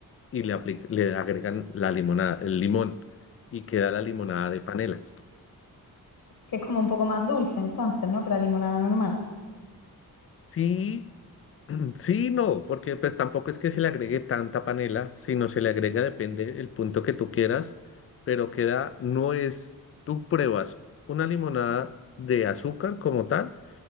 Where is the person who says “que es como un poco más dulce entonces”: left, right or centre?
Left